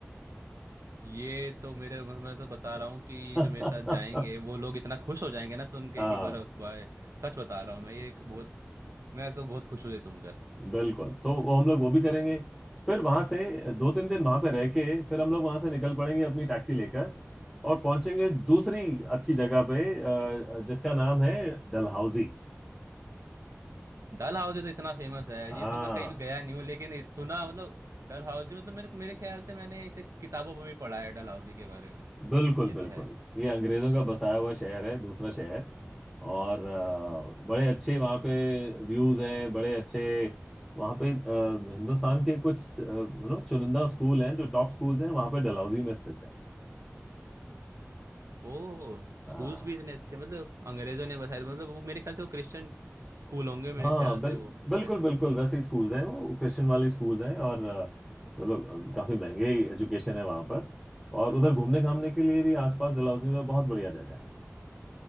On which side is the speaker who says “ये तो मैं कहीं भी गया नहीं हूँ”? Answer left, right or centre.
Right